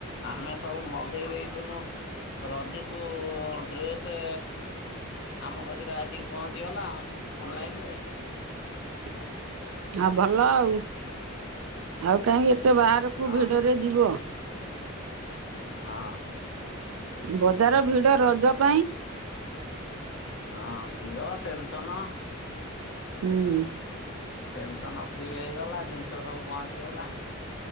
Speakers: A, on the left (about 60°); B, on the right (about 75°).
A: ଆମେ ସବୁ ମଗେଇ ଦେଇଥିନୁ ରଜୁକୁ ଡ୍ରେସେ ଆମ କତିରେ ଆସିକି ପହଞ୍ଚିଗଲା ଅନଲାଇନ ରେ।
B: । ଆ ଭଲ ଆଉ ଆଉ କାହିଁକି ଏତେ ବାହାରକୁ
A: ହଁ
B: ଭିଡରେ ଯିବ।
A: ହଁ।
B: ବଜାର ଭିଡ ରଜ ପାଇଁ
A: ହଁ ଭିଡ ଟେନସନ
B: ହୁଁ।
A: ଟେନସନ ଫ୍ରି ହେଇଗଲା ଜିନିଷ ସବୁ ପହଞ୍ଚିଗଲା